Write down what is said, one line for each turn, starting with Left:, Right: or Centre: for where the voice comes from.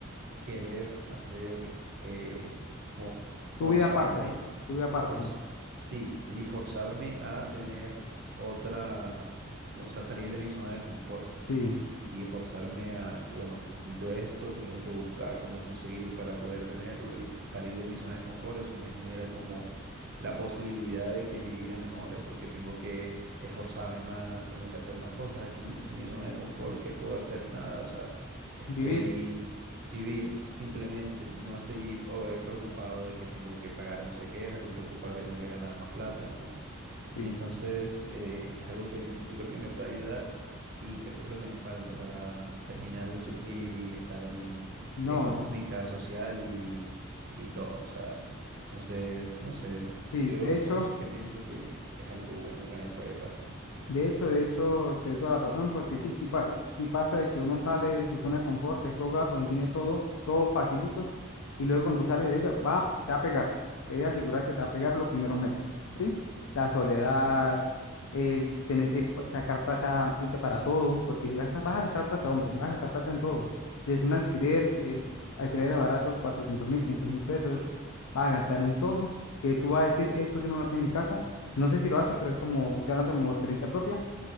Right: querer hacer, eh, como forzarme,
Left: Tu vida aparte, tu vida aparte.
Right: forz- sí, y forzarme a tener otra, o sea, salir de mi zona de confort
Left: Sí,
Right: y forzarme a que, bueno, necesito esto, tengo que buscar cómo conseguir para poder tenerlo y salir de mi zona de confort, eso me genera como la posibilidad de que mi vida mejore, porque tengo que esforzarme más, tengo que hacer más cosas aquí en mi zona de confort, que puedo hacer nada, o sea, estoy
Left: vivir.
Right: Vivir, simplemente. No estoy oh, eh, preocupado de que tengo que pagar no sé qué, no estoy preocupado de que tengo que ganar más plata, ¿no?
Left: Sí,
Right: Entonces, eh, es algo que yo creo que me puede ayudar y creo que es lo que me falta para terminar de surgir y estar bien
Left: no,
Right: económica, social y, y todo. O sea, entonces, no sé,
Left: sí,
Right: yo
Left: de hecho.
Right: por eso es que pienso que es algo bueno que me puede pasar.
Left: De hecho, de hecho, te doy toda la razón, porque sí, sí pasa. Sí pasa de que uno sale de su zona de confort, que es su hogar, donde tiene todo, todo facilito, y luego cuando tú sales de ella, va, te va a pegar. Te voy a asegurar que te va a pegar los primeros meses, ¿sí? La soledad, el tener que pa- sacar plata tuya para todo, porque si gastas, vas a gastar plata, hombre, vas a gastar plata en todo. Desde un alquiler, que el alquiler es barato, cuatrocientos mil, quinientos mil pesos, vas a gastar en todo, que tú vas a decir, esto yo no lo hacía en mi casa no sé si lo haces, pero es como, estoy hablando como experiencia propia